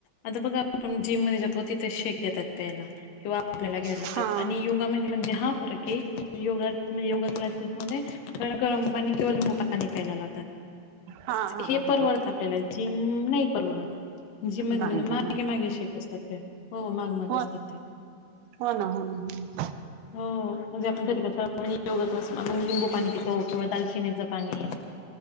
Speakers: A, on the left; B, on the right.
A: अ बघा आपण जिम त्याच्या पोती ते शेक देतात प्यायला किंवा आपल्याला घ्यायला लावतात
B: हा
A: आणि योगामध्ये म्हणजे हा फरक आहे की योगा योगा क्लास ऑफिस मध्ये गरम पाणी केिंवा लिंबू पाणी प्यायला लावतात.
B: हा हा
A: हे
B: हा
A: परवडत आपल्याला जीम नाही परवडत जीम मध्ये
B: नाही
A: माझ्या
B: नाही
A: मागे
B: नाही
A: मागे शिक असतात. <inaudible> माग
B: हो
A: असतात ते
B: हो ना हो ना हो ना
A: हो म्हणजे आपण कधी योगा क्लास ला लिंबू पाणी पितो किंवा दालचिनीचं पाणी